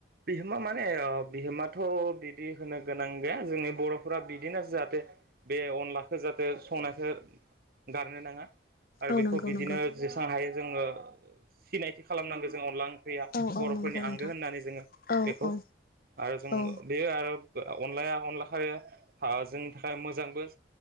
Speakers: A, on the right; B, on the left.
A: बिहोमा माने अ' बिहोमाथ' बिदि होनो गोनां गैया जोंनि बर'फोरा बिदिनो जाहाथे बे अनलाखो जाहाथे संनायखो गारनो नाङा आरो
B: औ
A: बेखौ
B: नंगौ
A: बिदिनो
B: नंगौ
A: जेसां हायो जोङो सिनायथि खालामनांगो जों अनला ओं ख्रैया
B: औ
A: बर'फोरनि
B: औ नंगौ नोंथां
A: आंगो होननानै जोङो
B: औ
A: बेखौ
B: औ
A: आरो जों
B: औ
A: बेयो आरो आ अनलाया अनला खारिया हा जोंनि थाखाय मोजांबो।